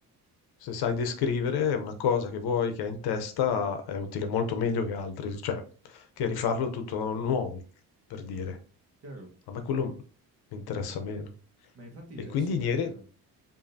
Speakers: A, on the left; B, on the right.
A: Se sai descrivere una cosa che vuoi, che hai in testa, è utile molto meglio che altri, cioè che rifarlo tutto da nuovo, per dire.
B: Chiaro.
A: A me quello m- mi interessa meno.
B: Ma infatti
A: E
B: è
A: quindi
B: super,
A: niente,
B: eh,